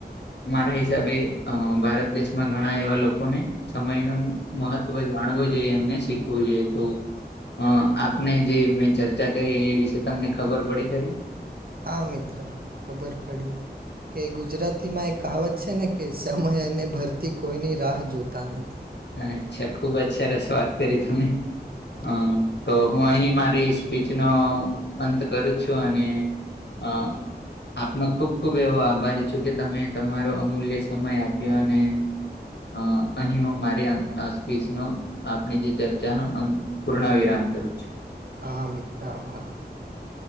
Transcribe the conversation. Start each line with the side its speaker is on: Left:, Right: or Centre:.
Left: મારા હિસાબે ભારત દેશમાં ઘણા એવા લોકોને સમયનું મહત્વ જાણવું જોઈએ. એમને શીખવું જોઈએ તો અ આપને જે મેં ચર્ચા કરી એ વિશે તમને ખબર પડી ખરી?
Right: હા મિત્ર, ખબર પડી. કે ગુજરાતીમાં એ કહાવત છેને કે, સમય અને ભરતી કોઈની રાહ જોતા નથી.
Left: અચ્છા, ખુબ જ સરસ વાત કરી તમે.
Right: હા.
Left: અ તો હું અહી મારી સ્પીચનો અંત કરું છું, અને અ આપના ખુબ ખુબ એવો આભારી છું, કે તમે તમારો અમૂલ્ય સમય આપ્યો અને અ અહી માર આ સ્પીચ નો આપણી જે ચર્ચાનો પૂર્ણ વિરામ કરું છું.
Right: હા મિત્ર. આભાર.